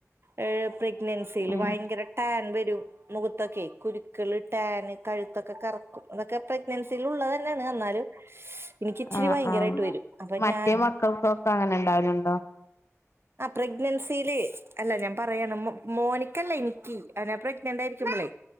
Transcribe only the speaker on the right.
ഏഹ് പ്രഗ്നൻസിയില്
ഭയങ്കര ടാൻ വെരും മുഖത്തൊക്കെ കുരുക്കള് ടാൻ കഴുത്തൊക്കെ കറക്കും അതൊക്കെ പ്രഗ്നൻസിയില് ഉള്ളതെന്നെണ് അന്നാലും ഇൻക്കിച്ചിരി
ഭയങ്കരായിട്ട്
വെരും അപ്പൊ
ഞാൻ
ആ പ്രഗ്നൻസിയില് അല്ല ഞാൻ പറയാണ് മോ മോനിക്കല്ല ഇനിക്കി. അവനെ പ്രെഗ്നൻ്റായിരിക്കുമ്പളേ